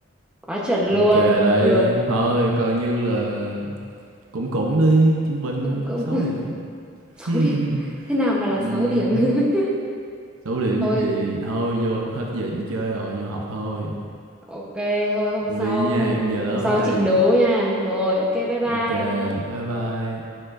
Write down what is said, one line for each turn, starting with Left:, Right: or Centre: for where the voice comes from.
Centre: quá chuẩn
Right: ok
Centre: luôn.
Right: đấy
Centre: Được,
Right: thôi coi như là cũng cũng đi trung bình
Centre: cũng cũng
Right: cỡ 6
Centre: <laughs>
Right: điểm
Centre: 6
Right: <laughs>
Centre: điểm. Thế nào mà
Right: Ừm,
Centre: là 6 điểm? <laughs>
Right: 6 điểm như
Centre: Thôi
Right: vậy thôi vô hết giờ ra chơi rồi vô học thôi
Centre: Ok thôi hôm
Right: em
Centre: sau
Right: đi nha
Centre: hôm,
Right: em về lớp
Centre: hôm sau
Right: ai
Centre: chị đố nha. Rồi ok bye bye.
Right: ok bye bye